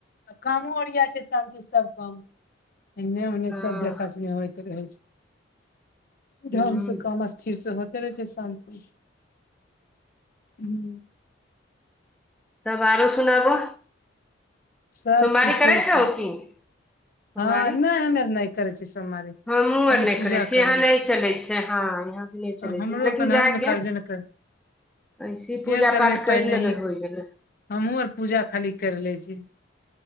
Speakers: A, on the left; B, in the centre.
A: आ कामो ओरिया छै शान्ति स सब काम एने ओने
B: हँ
A: सब देख सुने होइत रहै छै ढङंग
B: ह
A: से कम स्थिर से होते रहै छै शान्ति स हू
B: तब आरो सुनाबो
A: सब
B: सोमवारी
A: ठीके
B: करै
A: छै
B: छहो की सोमवारी
A: हँ नय हमेअर नय करै छीयै सोमवारी खाली
B: हमहुँ आर नहि
A: पूजा
B: छियै
A: करै
B: यहाँ नहि
A: छी
B: चलै छै हँ यहाँ भी नहि चलै
A: हमरो
B: छै लेकिन
A: <unintelligible> क हम
B: जायके
A: ने करबे ने करबती
B: ऐसे पूजा
A: जे करबे
B: पाठ करि
A: पहिले
B: लेबै
A: ही
B: होइ गेलै
A: हमहुँ आर पूजा खाली कर ले छी